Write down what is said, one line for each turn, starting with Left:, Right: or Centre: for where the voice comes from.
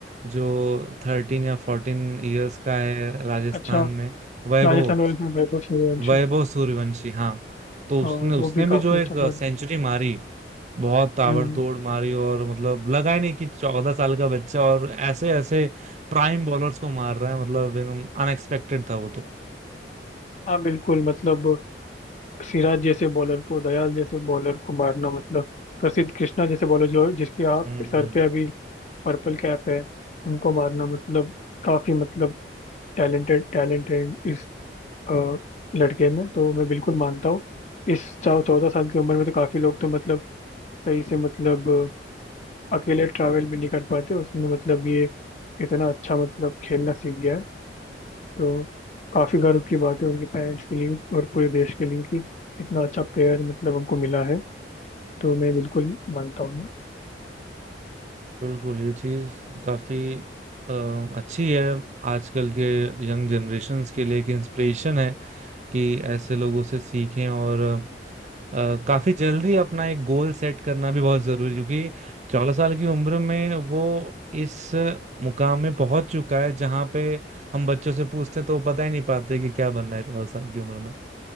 Right: जो थर्टीन या फोर्टीन इयर्स का है राजस्थान
Left: अच्छा
Right: में वैभव
Left: राजस्थान रॉयल्स में वैभव सूर्यवंशी
Right: वैभव सूर्यवंशी हाँ तो
Left: अ,
Right: उसने
Left: वो
Right: उसने
Left: भी
Right: भी
Left: काफी
Right: जो एक
Left: अच्छा कर रहे
Right: सेंचुरी मारी बहुत ताबड़तोड़
Left: हैं। हम्म
Right: मारी और मतलब लगा ही नहीं कि चौदह साल का बच्चा और ऐसे ऐसे प्राइम बॉलर्स को मार रहा है मतलब एकदम अनएक्सपेक्टेड था वो तो
Left: हाँ बिल्कुल मतलब सिराज जैसे बॉलर को दयाल जैसे बॉलर को मारना मतलब प्रसिद्ध कृष्णा जैसे बॉलर जो जिसके आप
Right: हम्म
Left: सर पे अभी पर्पल कैप है उनको मारना मतलब काफी मतलब टैलेंटेड टैलेंटेड इस अ, लड़के में तो मैं बिल्कुल मानता हूँ इस चौ चौदह साल की उम्र में तो काफी लोग तो मतलब सही से मतलब अ, अकेले ट्रैवल भी नहीं कर पाते उसमें मतलब ये इतना अच्छा मतलब खेलना सीख गया है तो काफी गर्व की बात है उनके पेरेंट्स के लिए और पूरे देश के लिए कि इतना अच्छा प्लेयर मतलब हमको मिला है तो मैं बिल्कुल मानता हूँ मैं
Right: बिल्कुल ये चीज काफी अ, अच्छी है आजकल के यंग जनरेशन्स के लिए एक इंस्पिरेशन है कि ऐसे लोगों से सीखें और अ, काफी जल्दी अपना एक गोल सेट करना भी बहुत जरूरी है, क्योंकि चौदह साल की उम्र में वो इस मुकाम में पहुंच चुका है जहां पे हम बच्चों से पूछते हैं तो वो पता ही नहीं पाते कि क्या बनना है चौदह साल की उम्र में